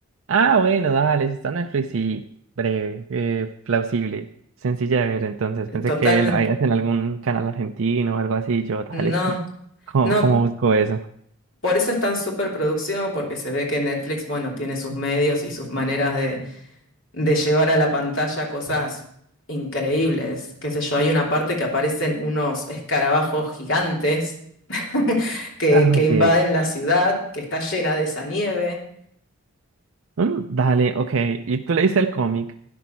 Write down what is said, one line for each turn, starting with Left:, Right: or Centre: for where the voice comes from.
Right: Ah, bueno, dale, si está Netflix, sí, breve, eh, plausible, sencilla de ver, entonces pensé
Left: Totalmente.
Right: que lo harías en algún canal argentino o algo así, yo, dale,
Left: No,
Right: <laughs> ¿cómo,
Left: no,
Right: cómo busco eso?
Left: por eso es tan superproducción, porque se ve que Netflix, bueno, tiene sus medios y sus maneras de, de llevar a la pantalla cosas increíbles. Qué sé yo, hay una parte que aparecen unos escarabajos gigantes <laughs> que,
Right: Ah,
Left: que
Right: ok,
Left: invaden la ciudad, que está llena de esa nieve.
Right: Mm, dale, ok, ¿y tú leíste el cómic?